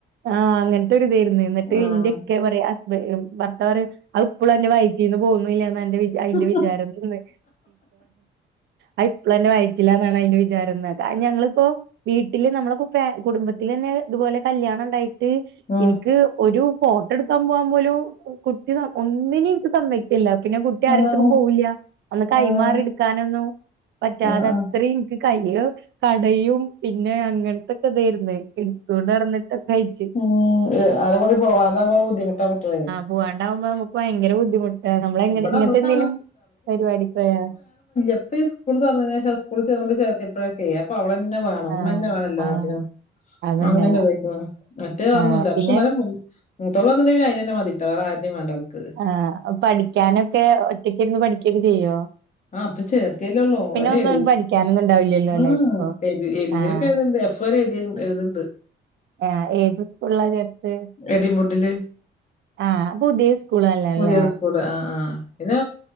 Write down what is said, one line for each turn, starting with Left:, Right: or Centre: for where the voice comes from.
Right: ആഹ് അങ്ങനത്തെ ഒരു ഇതായിരുന്നു എന്നിട്ട്
Left: ആഹ്
Right: ഇന്റെയ ഉപ്പ പറയാ ഹസ്ബൻഡ് ഭർത്താവ് പറയും അ ഇപ്പോളും എന്റെ വയറ്റിന്ന് പോകന്നില്ല ന്ന്ന്റെ
Left: ആഹ്
Right: അയ്ന്റെ വിചാരംന്ന് അത് ഇപ്പളന്റെ വയറ്റിലാണെന്നാ അതിന്റെ വിചാരന്നോക്ക് ഞങ്ങളിപ്പോ വീ ഇല്ല നമ്മളൊക്കെ കുടുംബത്തിലന്നെ ഇതുപോലെ കല്യാണം ഉണ്ടായിട്ട്
Left: ഉം
Right: എനിക്ക് ഒരു ഫോട്ടോ എടുക്കാൻ പോകാൻ പോലും കുട്ടി ഒന്നിനും എനിക്ക് സമ്മതി ഇല്ല പിന്നെ കുട്ടി ആരെ
Left: ആഹ്
Right: അടുത്തേക്കൊന്നും പോവില്ല ഒന്ന് കൈമാറി
Left: ആഹ്
Right: എടുക്കാനൊന്നും പറ്റാതെ
Left: ആഹ് ആഹ്
Right: അത്രയും കയ്യ് കടയും പിന്നെ അങ്ങനത്തൊക്കെ ഇതായിരുന്നു എടുത്തോണ്ട് നടന്നിട്ടൊക്കെ കയ്ച്ചു.
Left: ഉം ഏ, ആരെ കൂടെ പോവാതാവുമ്പോ <unintelligible>
Right: പോവാണ്ടാവുമ്പോ നമുക്ക് ഭയങ്കര ബുദ്ധിമുട്ടാ നമ്മള് ഇങ്ങനത്തെ
Left: ഇവിടെ അവൾക്ക്
Right: എന്തെങ്കിലും പരിപാടിക്ക്‌ പോയാ
Left: എപ്പംഈ സ്കൂള് തുറന്നതിന് ശേഷം സ്കൂൽ കൊണ്ട് ചേർത്തി എപ്പോഴൊക്കെയ അപ്പ അവളന്നെ മ്മ വേണം ഉമ്മന്നെ
Right: ആഹ്
Left: വേണം എല്ലാത്തിനും
Right: ആഹ് അതന്നെ
Left: അങ്ങനെതിക്ക മറ്റേതൊന്നുംല്ല
Right: ആഹ് പിന്നെ
Left: പക്ഷെ ന്ന മുത്തൂൾവന്നിടേൽ പിന്നെ അയിനെ തന്നെ മതിട്ട വേറെ ആരെയും വേണ്ടഅവൾക്ക്.
Right: ആഹ്. പഠിക്കാനൊക്കെ ഒറ്റക്ക്‌ ഇരുന്ന് പഠിക്കോക്കെ ചെയ്യോ?
Left: ആഹ് ഇപ്പൊ ചേർത്തിയല്ലേള്ളൊ
Right: പിന്നെ
Left: അതെ
Right: ഒന്നും പഠിക്കാനൊന്നും ഉണ്ടാവില്ലല്ലോ
Left: ആഹ്
Right: അല്ലെ ഇപ്പൊ
Left: A B A B
Right: ആഹ്
Left: C D ഒക്കെ എഴുതണ്ടോ? ഇപ്പ എഴുതി എഴുതണ്ട്
Right: ആഹ്. ഏത് സ്കൂളാ ചേർത്ത്?
Left: എഡിൻവുഡില്
Right: ആഹ്. അത് പുതിയ സ്കൂളല്ലല്ലേ?
Left: പുതിയ ആഹ് ആഹ് പിന്നെ